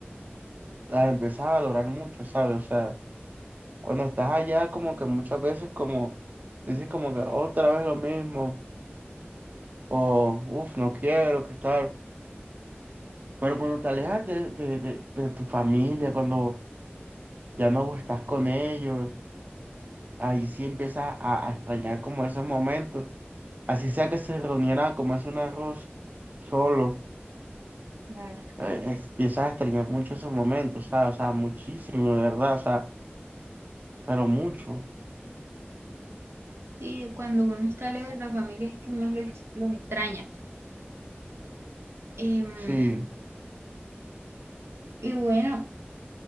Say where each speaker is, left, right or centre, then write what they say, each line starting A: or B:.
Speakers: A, on the right; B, on the right.
A: las empiezas a valorar mucho, ¿sabes? O sea, cuando estás allá como que muchas veces como dices como que otra vez lo mismo, o uff, no quiero, qué tal. Pero cuando te alejas de, de, de, de tu familia, cuando ya no estás con ellos, ahí sí empieza a, a extrañar como esos momentos. Así sea que se reuniera a comerse un arroz solo,
B: claro.
A: eh, es- empiezas a extrañar mucho esos momentos, ¿sabes? O sea, muchísimo, de verdad, o sea, pero mucho,
B: Sí, cuando uno está lejos de la familia es que más los, los extraña. Em,
A: sí.
B: y bueno.